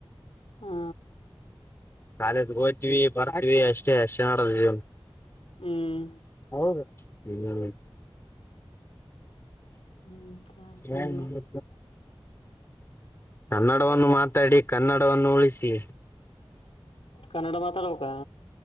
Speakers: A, on the left; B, on the left.
A: ಹಾ
B: ಕಾಲೇಜ್ಗೆ ಹೋಗ್ವವಿ ಬರ್ತೀವಿ ಅಷ್ಟೇ ಅಷ್ಟ್ ನಾಡಿದ ಜೀವನ
A: ಹ್ಮ್
B: ಹೌದು ಇಲ್ಲ ಲೀ <unintelligible>
A: ಹ್ಮ್
B: ಅಣ್ಣ ಕನ್ನಡ ವನು ಮಾತಾಡಿ ಕನ್ನಡವನ್ನು ಉಳಿಸಿ
A: ಕನ್ನಡ ಮಾತಾಡಬೇಕ